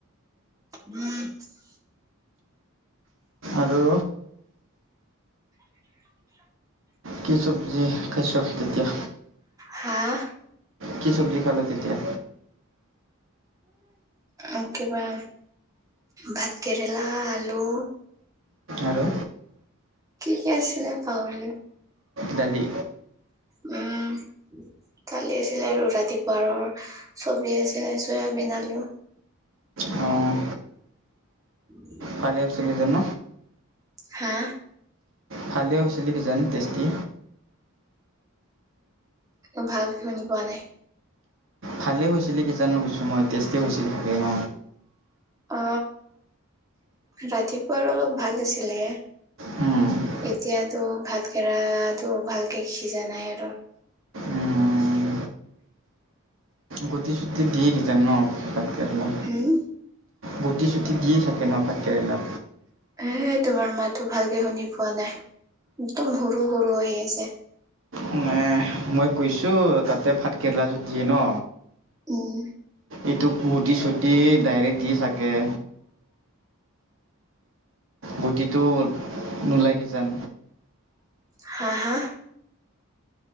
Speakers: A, on the right (about 15°); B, on the right (about 65°).
A: <inaudible>
B: আৰু
A: <inaudible>
B: কি চব্জি খাইছ তেতিয়া?
A: হাঁ!
B: কি চব্জি খালো তেতিয়া?
A: উম কিবা ভাত কেৰেলা, আলু
B: আৰু?
A: কি কি আছিলে পাহৰিলো।
B: দালি।
A: উম, দালি আছিলে আৰু ৰাতি বাৰৰ চব্জি আছিলে চয়াবিন, আলু।
B: অঁ।
A: উ <unintelligible>
B: ভালেছিলি যে ন।
A: হা?
B: ভালেই হৈছিলে কিজান টেষ্টি?
A: উম ভালকে শুনি পোৱা নাই।
B: ভালেই হৈছিলে কিজান কৈছিলো মই, টেষ্টেই হৈছিল চাগে ন?
A: অ', ৰাতিপুৱা অলপ ভাল আছিলে।
B: উম।
A: এতিয়াতো ভাত কেৰালাটো ভালকে সিজা নাই আৰু।
B: উম। গুটি-চুটি দি‌ দিছে ন ভাতকেৰেলা',
A: হম',
B: গুটি- চুটি দিয়ে থাকে ন ভাতকৰেলা',
A: এ', তোমাৰ মাতটো ভালকে শুনি পোৱা নাই, একদম সৰু-সৰু আহি আছে',
B: উম', নাই', মই কৈছোঁ, তাতে ভাতকেৰেলা যোৰ দিয়ে ন?
A: উম ',
B: এইটো গুটি- চুটি ডাইৰেক্ট দি চাগে', গুটিটো নোলাই কিজান?
A: হা', - হা',